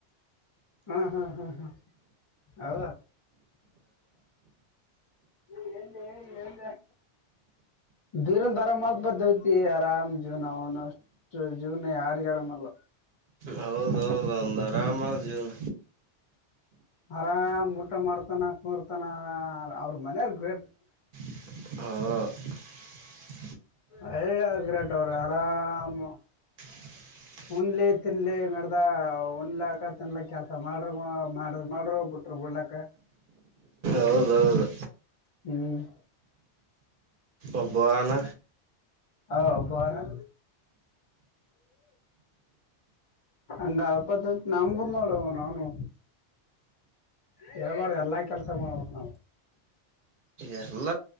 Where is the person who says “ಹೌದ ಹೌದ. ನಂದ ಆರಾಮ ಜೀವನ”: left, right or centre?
Right